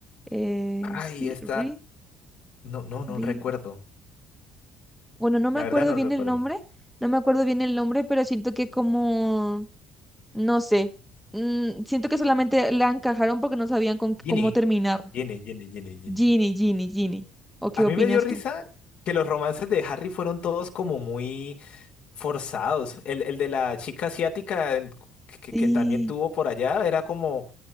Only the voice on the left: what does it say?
Ay,
esta...
No, no, no
recuerdo.
La
verdad no
recuerdo.
Ginny.
Ginny, Ginny, Ginny, Ginny.
A mí
me dio risa
que los romances de Harry fueron todos como muy... forzados. El, el de la chica asiática en- que,
que también tuvo por allá era como